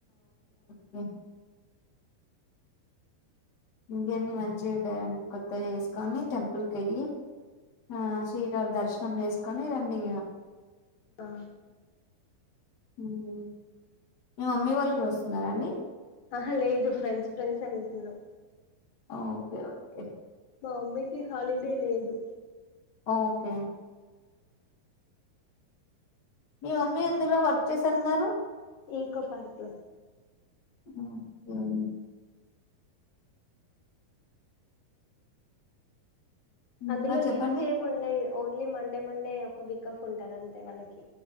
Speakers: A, on the left; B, on the left.
A: స ఇంకేన్ని మంచిడి కొత్తగా వేసుకని టెంపుల్ క అయ్యి ఆ శ్రీరాళ దర్శనం చేసుకొని రండి
B: ఆ
A: మ్మ్ మీ మమ్మీ వాళ్ళు కూడా వస్తున్నారా అండి
B: ఆహా లేదు ఫ్రెండ్స్ ఫ్రెండ్స్ వెళ్తున్నాం.
A: Okay okay.
B: మా మమ్మీకి హాలిడే లేదు.
A: ఓకే. మీ మమ్మీ ఎందులో వర్క్ చేస్తన్నారు.
B: ఈకో పార్క్లో
A: ఆ ఓకే ఇంకా
B: అందులో
A: చెప్పండి
B: లీవ్స్ ఏమి ఉండేయ్ ఓన్లీ మండే మండే ఒక వీక్ ఆఫ్ ఉంటది అంతే వాళ్ళకి